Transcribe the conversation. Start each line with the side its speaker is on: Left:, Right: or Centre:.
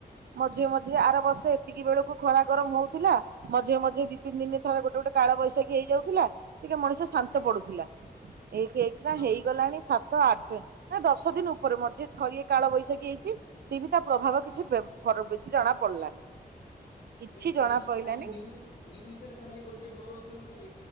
Right: ମଝିରେ ମଝିରେ
Left: ଖରାପ
Right: ଆର ବର୍ଷ ସେତିକି ବେଳକୁ ଖରା ଗରମ ହଉଥିଲା ମଝିରେ ମଝିରେ ଦି ତିନି ଦିନ ଥରେ ଗୋଟେ ଗୋଟେ କଳବୈଶାଖୀ ହେଇଯାଉଥିଲା। ଟିକେ ମଣିଷ ଶାନ୍ତ
Left: ଆଜ୍ଞା
Right: ପଡୁଥିଲା ଏଇଇକି ନା
Left: ହଁ
Right: ହେଇଗଲାଣି। ସାତ ଆଠ ଏ ଦଶ ଦିନ ଉପରେ ମ ଯିଏ ଥରିଏ କାଳ ବୈଶାଖୀ ହେଇଛି। ସି ବି ତା ପ୍ରଭାବ
Left: ହଁ।
Right: କିଛି ବେ ବେଶୀ ଜଣା ପଡିଲାନି। କିଛି
Left: ବେଶୀ
Right: ଜଣା
Left: ବ
Right: ପଡିଲାନି
Left: ଖାଲି ନ୍ୟୁଜ। ନିୟୁଜ୍ ଭିତରେ ଖାଲି ଗୋଟେ ଡରଉ ଛନ୍ତି ଖାଲି